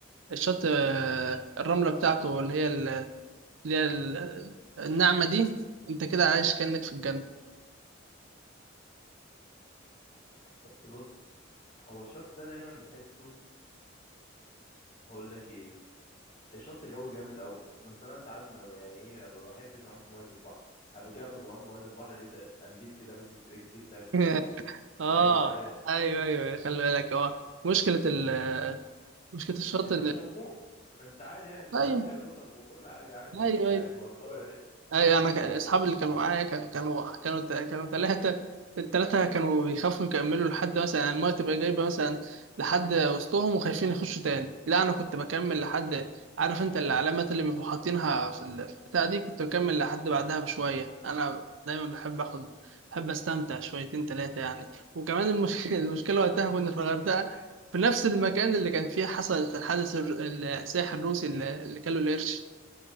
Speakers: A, on the right; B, on the left.
A: الشط آه، الرمله بتاعته اللي هي ال... اللي هي ال... الناعمه دي انت كده عايش كأنك في الجنه
B: بس بص هو الشط ده دايما بحسه هقول لك ايه الشط جو جامد قوي بس انا ساعات ما- يعني ايه ما بحبش اعوم في ميه البحر قبل كده كنت بعوم في ميه البحر لقيت قنديل كده مسك في رجلي طلعت كده
A: <laughs> اه
B: يا جدعان
A: ايوه ايوه خلي بالك اه مشكله ال... مشكله الشط
B: انت
A: ان
B: مش هتموت انت عادي يعني القنديل
A: ايوه
B: هيقرصك وكل حاجه عادي
A: ايوه
B: بس يعني
A: أيوه.
B: الموضوع بيبقى رخم
A: اي انا كان- اصحابي اللي كانوا معايا كان- كانوا كانوا تا- كانوا ثلاثه الثلاثه كانوا بيخافوا يكملوا لحد مثلا يعني المايه تبقى جايبه مثلا لحد وسطهم وخايفين يخشوا تاني لا انا كنت بكمل لحد عارف انت العلامات اللي بيبقوا حاطينها في ال- في البتاع دي كنت بكمل لحد
B: امم.
A: بعدها بشويه انا دايما بحب اخد بحب استمتع شويتين ثلاثه يعني وكمان المشكله <laughs> المشكله وقتها كنا في الغردقه في نفس المكان اللي كان فيه حصل الحادث الر- السائح الروسي اللي اللي كان له القرش